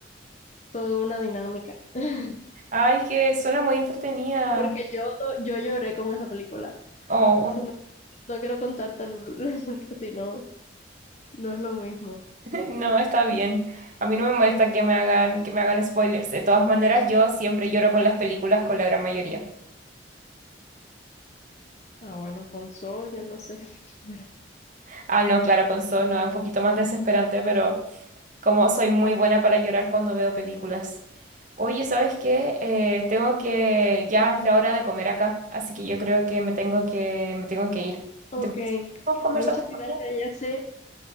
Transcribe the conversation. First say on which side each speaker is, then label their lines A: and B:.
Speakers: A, on the left (about 35°); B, on the right (about 45°).
A: es toda una dinámica. <laughs>
B: Ay, que suena muy entretenida.
A: Porque yo, yo lloré con esa película.
B: Oh.
A: Por eso no, no quiero contarte, <laughs> porque si no, no es lo mismo.
B: <laughs> No, está bien. A mí no me molesta que me hagan, que me hagan spoilers. De todas maneras, yo siempre lloro con las películas, con la gran mayoría.
A: Ah, bueno, con Soul, yo no sé. <laughs>
B: Ah, no, claro, con Saw no, es un poquito más desesperante, pero como soy muy buena para llorar cuando veo películas. Oye, ¿sabes qué? Eh, tengo que, ya es la hora de comer acá, así que yo creo que me tengo que, me tengo que ir.
A: Ok,
B: ¿Te parece? ¿Nos conversamos
A: muchas gracias,
B: mañana?
A: ya sé.